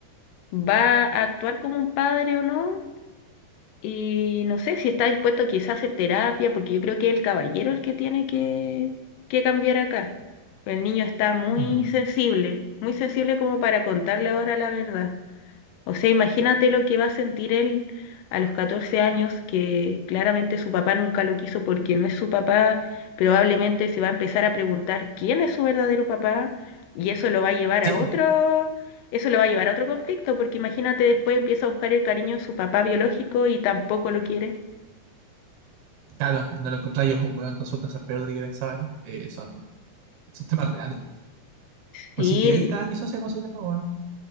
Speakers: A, on the left; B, on the right.
A: va a actuar como un padre o no, Y no sé si está dispuesto quizás a hacer terapia, porque yo creo que es el caballero el que tiene que, que cambiar acá. El niño está muy
B: Mm,
A: sensible, muy sensible como para contarle ahora la verdad. O sea, imagínate lo que va a sentir él a los 14 años, que claramente su papá nunca lo quiso porque no es su papá, probablemente se va a empezar a preguntar quién es su verdadero papá y eso lo va a llevar
B: tipo,
A: a otro, eso lo va a llevar a otro conflicto, porque imagínate después empieza a buscar el cariño en su papá biológico y tampoco lo quiere.
B: claro, no lo encontré yo, weón, resulta ser peor de lo que pensaba, ¿eh? Eh, son, son temas reales.
A: Sí,
B: Así que ahí
A: l-
B: está mi socia con su tema, weón,